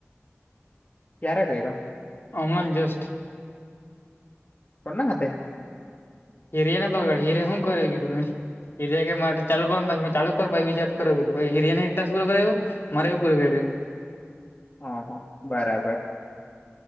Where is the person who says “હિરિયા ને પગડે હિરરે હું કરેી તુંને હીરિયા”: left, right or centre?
Left